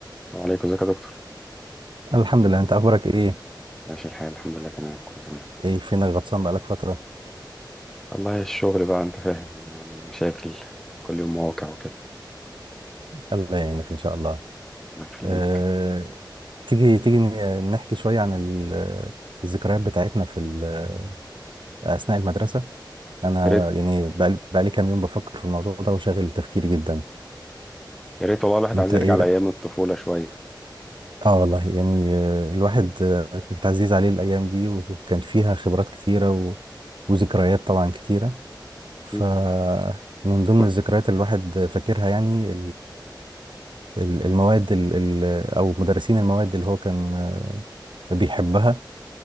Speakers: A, in the centre; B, on the right (about 80°).
A: السلام عليكم ازيك يا دكتور
B: الحمد لله انت اخبارك ايه
A: ماشي الحال الحمد لله تمام كله تمام
B: ايه فينك غطسان بقالك فتره
A: والله الشغل بقى انت فاهم يعني مشاكل كل يوم مواقع وكده
B: الله يعينك ان شاء الله
A: الله يخليك
B: أه... تيجي تيجي ن- نحكي شويه عن ال- الذكريات بتاعتنا في ال- اثناء المدرسه انا
A: يا ريت
B: يعني بقالي بقالي كام يوم بفكر في الموضوع ده وشاغل تفكيري جدا
A: يا ريت والله الواحد
B: انت
A: عايز
B: ايه
A: يرجع لايام
B: رأ-
A: الطفوله شويه
B: اه والله يعني آه، الواحد آه، كانت عزيز عليه الايام دي وكان فيها خبرات كتيره و... وذكريات طبعا كتيره ف
A: اكيد
B: من ضمن
A: و-
B: الذكريات اللي الواحد فاكرها يعني ال- المواد ال- ال- او مدرسين المواد اللي هو كان آه، بيحبها